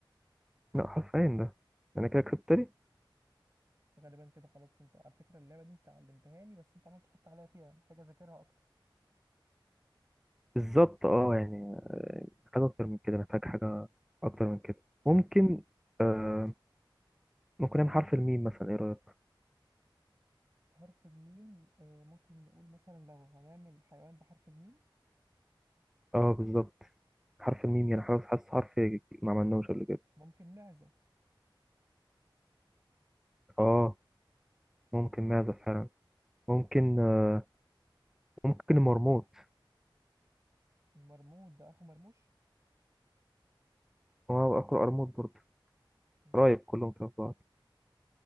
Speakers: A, in the centre; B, on the right (about 35°).
A: لا حرفيا ده انا كده كسبت لي
B: غالبا كده خلاص انت على فكره اللعبه دي انت علمتها لي بس انت عمال تحط عليا فيها محتاج اذاكرها اكتر
A: بالظبط اه يعني آه، محتاج اكتر من كده محتاج حاجة اكتر من كده ممكن آه ممكن نعمل حرف الميم مثلا ايه رأيك
B: حرف الميم آه، ممكن نقول مثلا لو هنعمل حيوان بحرف الميم
A: اه بالظبط حرف الميم يعني حاسس حاسس حرف ما عملناهوش قبل كده
B: ممكن معزه
A: اه ممكن معزة فعلا ممكن آه، ممكن مرموط
B: المرمود ده اخو مرموش
A: هو اقرأ مرموط برضه
B: مم،
A: قرايب كلهم في بعض